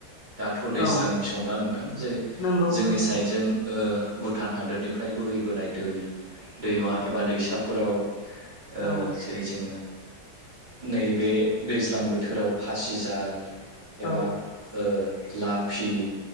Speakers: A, on the right; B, on the left.
A: दाथ' दैज्लांनि
B: औ
A: समना नोंथां जेरै
B: नंगौ
A: जोंनि
B: नंगौ
A: साइडजों भुटान हादोरनिफ्राय बोहैबोनाय दै दैमा एबा दैसाफोराव ओ
B: औ
A: जेरै जोङो नैबे दैज्लां बोथोराव फासिजाल एबा
B: औ
A: ओ लाफि